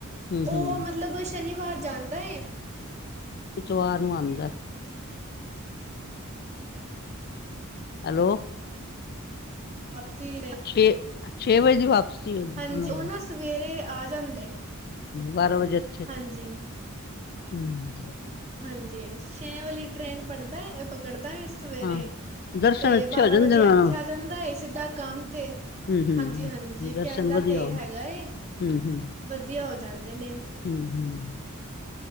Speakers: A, on the left; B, on the right.
A: ਹੂੰ
B: ਉਹ
A: ਹੂੰ
B: ਮਤਲਬ ਸ਼ਨੀਵਾਰ ਜਾਂਦਾ ਏ।
A: ਇਤਵਾਰ ਨੂੰ ਆਉਂਦਾ। ਹੈਲੋ।
B: ਵਾਪਸੀ
A: ਛੇ ਛੇ ਵਜੇ ਦੀ ਵਾਪਸੀ ਹੁੰਦੀ
B: ਹਾਂਜੀ
A: ਉਹਨਾਂ
B: ਉਹ
A: ਦੀ
B: ਨਾ ਸਵੇਰੇ ਆ ਜਾਂਦਾ। ਏ
A: ਬਾਰਾਂ ਵਜੇ ਉਥੇ
B: ਹਾਂਜੀ।
A: ਹੂੰ ਜੀ
B: ਹਾਂਜੀ, ਛੇ ਵਾਲੀ ਟ੍ਰੇਨ ਪੜਦਾ ਪਕੜਦਾ ਏ ਸਵੇਰੇ,
A: ਹਾਂ ਦਰਸ਼ਨ
B: ਤੇ
A: ਅੱਛੇ
B: ਬਾਰਾਂ
A: ਹੋ ਜਾਂਦੇ
B: ਵਜੇ
A: ਉਹਨਾਂ
B: ਇੱਥੇ
A: ਨਾਲ
B: ਆ ਜਾਂਦਾ ਏ। ਸਿੱਧਾ ਕੰਮ ਤੇ
A: ਹੂੰ
B: ਹਾਂਜੀ ਹਾਂਜੀ,
A: ਹੂੰ
B: ਕਹਿੰਦਾ
A: ਦਰਸ਼ਨ ਵਧੀਆ
B: ਤੇ
A: ਹੋ
B: ਇਹ ਹੈਗਾ ਏ
A: ਹੂੰ ਹੂੰ
B: ਵਧੀਆ ਹੋ ਜਾਂਦੇ ਨੇ
A: ਹੂੰ ਹੂੰ।